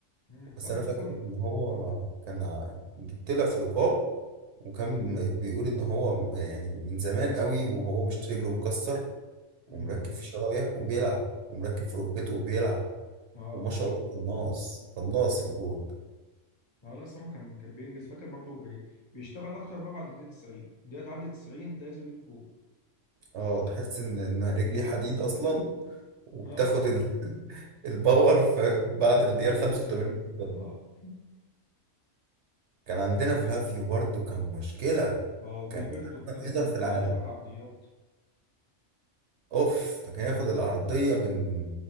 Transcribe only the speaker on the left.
امم انت
عندك
اصلا
امم
اه
اه لا الصراحه كان كان بينجز فاكر برضه بي... بيشتغل اكتر بقى بعد الدقيقه 90 الدقيقه تعدي 90 تلاقي لازم يجيب جول
اه
بعد الدقيقه
90
اه <laughs>
اه وجilberto
فاكر
جilberto
كان عليه شويه عرضيات